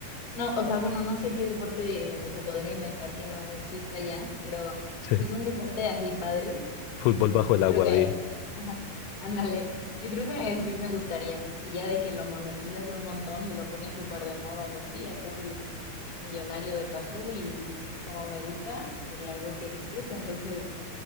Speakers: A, on the left; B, on the left.
A: No, o sea, bueno, no sé qué deporte se podría inventar que no exista ya, pero
B: <laughs>
A: si
B: sí,
A: es un deporte así padre,
B: fútbol
A: mm,
B: bajo
A: yo
B: el agua,
A: creo que,
B: di. <laughs>
A: <laughs> ándale, yo creo que sí me gustaría. Y ya de que lo monetizas un montón y lo pones súper de moda y así, ya te haces millonario de paso y pues como me gusta, sería algo que disfrute. Entonces,